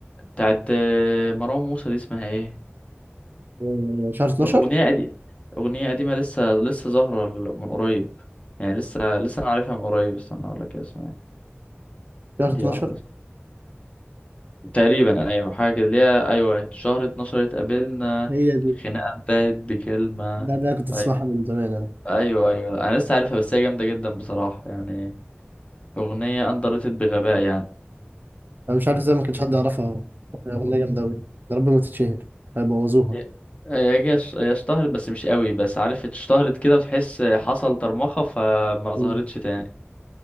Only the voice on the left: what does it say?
بتاعت آه، مروان موسى دي اسمها ايه
أغنية قديمة أغنية قديمة لسه لسه ظاهرة ال- من قريب يعني لسه لسه أنا عارفها من قريب استنى أقول لك اسمها إيه.
دي
واحدة بس. تقريبا أيوة حاجة كده اللي هي أيوة شهر اتناشر اتقابلنا
خناقة انتهت بكلمة
أيوة
أيوة أيوة أنا لسه عارفها بس هي جامدة جدا بصراحة يعني أغنية أندر ريتد بغباء يعني
هي هي ش- هي اشتهرت بس مش قوي بس عارف اشتهرت كده وتحس حصل طرمخة فما
ظهرتش تاني